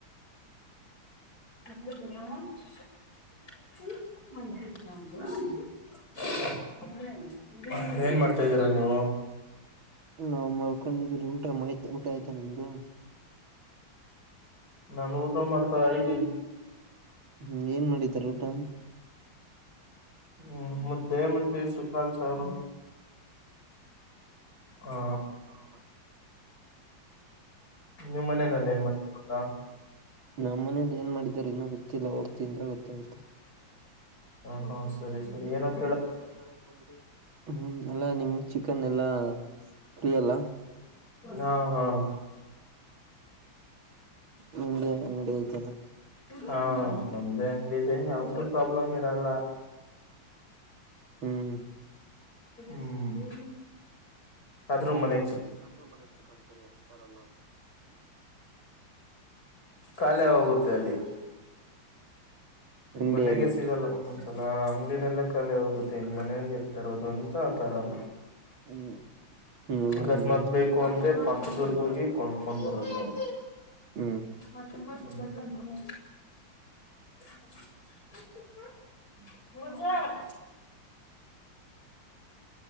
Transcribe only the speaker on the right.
ನಾವು ಮಲ್ಕೊಂಡಿದ್ದೀರಿ ಊಟ ಆಯ್ತ ಊಟ ಆಯ್ತಾ ನಿಮ್ದು
ಹ್ಮ್ ಏನ್ ಮಾಡಿದಿದ್ದಾರೆ ಊಟ
ಹಾ
ನಮ್ಮ ಮನೇಲಿ ಏನ್ ಮಾಡಿದಾರೆ ಇನ್ನೂ ಗೊತ್ತಿಲ್ಲ ಹೋಗ್ ತಿಂದ್ರೆ ಗೊತ್ತಾಗುತ್ತೆ
ಏ ಅಂದ್ರ ಹ್ಮ್ ಅಲ್ಲಾ ನಿಮ್ ಚಿಕನ್ ಎಲ್ಲಾ ಪ್ರಿಯಲ್ಲ
ನಿಮ್ಗೆ ಅಂಗಡಿ ಐತಲ್ಲ
ಹ್ಮ್
ಆದ್ರೂ ಮನೆಗ್ ಚಿಕ್ಕನ್ ಸರಿ ಹತಾರಲ್ಲ
ಅಂಗಡಿಯಲ್ಲಿ
ಹ್ಮ್ ಹ್ಮ್
ಹ್ಮ್
ಹ್ಮ್